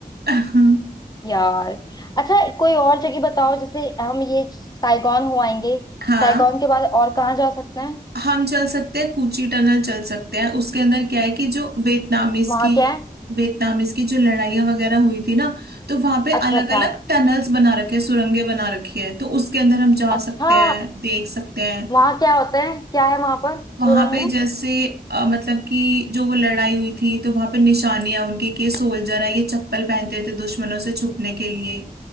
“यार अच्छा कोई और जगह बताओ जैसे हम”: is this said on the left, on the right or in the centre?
Left